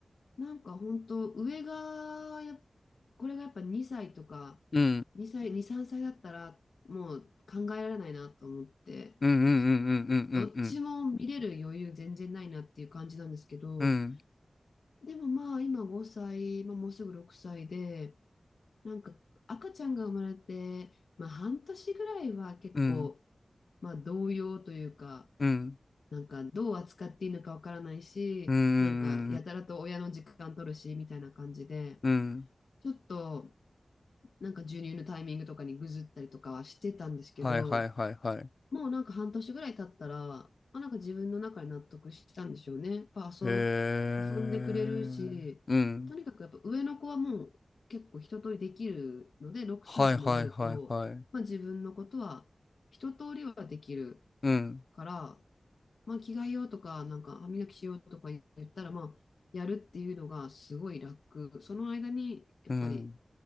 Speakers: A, on the left; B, on the left.
A: なんか本当上がやこれがやっぱ2歳とか、
B: うん。
A: 2歳、2、3歳だったらもう考えられないなと思って、
B: うんうんうんうんうん
A: そどっちも見れる余裕全然ないなっていう感じなんですけど、
B: うん
A: でもまあ今5歳、まあ、もうすぐ6歳で、なんか赤ちゃんが生まれて、まあ半年ぐらいは結構、
B: うんうん
A: まあ動揺というか、
B: うん
A: なんかどう扱っていいのかわからないし、
B: うんうんう
A: なんかやたらと親の時間取るし、
B: ん
A: みたいな感じで、
B: うんうん
A: ちょっとなんか授乳のタイミングとかにぐずったりとかはしてたんですけど、
B: はいはいはいはい。
A: もうなんか半年ぐらい経ったら、まあ、なんか自分の中で納得したんでしょうね。やっぱ遊、
B: へえ。
A: 遊んでくれるし、
B: うん。
A: とにかくやっぱ上の子はもう結構一通りできるので、6歳ともなると、
B: はいはいはいはい。
A: まあ、自分のことは一通りはできる
B: うん
A: から、まあ、着替えようとか、なんか歯磨きしようとか言ったら、まあ、やるっていうのがすごい楽。その間に、やっぱり
B: うん